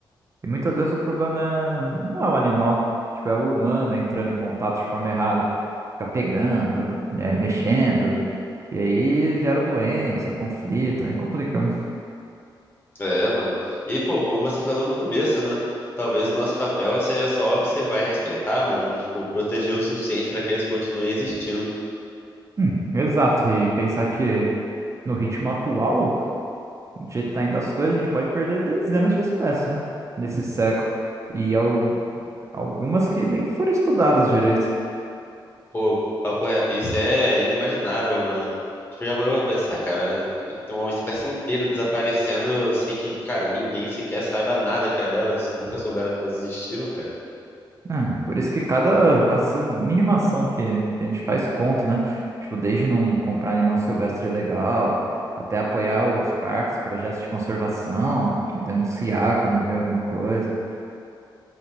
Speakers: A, on the right (about 35°); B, on the left (about 25°).
A: E muitas vezes o problema é- não é o animal, tipo, é o humano entrando em contato de forma errada. Fica pegando, né, mexendo, e aí gera doença, conflito, é complicado.
B: É, mano. E, pô, como você falou no começo, né? Talvez nosso papel seja só observar e respeitar, mano. né? Tipo, proteger o suficiente pra que eles continuem existindo.
A: Hum, exato, e pensar que no ritmo atual, do jeito que tá indo as coisas, a gente pode perder dezenas de espécies, né, nesse século. E al- algumas que nem foram estudadas direito.
B: Pô, papo reto, isso é inimaginável, mano. Tipo, já parou pra pensar, cara? Tem uma espécie inteira desaparecendo sem que, cara, ninguém sequer saiba nada que é delas. Nunca souberam que elas existiram, cara.
A: É, por isso que cada ação, mínima ação que, que a gente faz conta, né? Tipo, desde não comprar animal silvestre ilegal, até apoiar os parques, projetos de conservação, denunciar quando vê alguma coisa.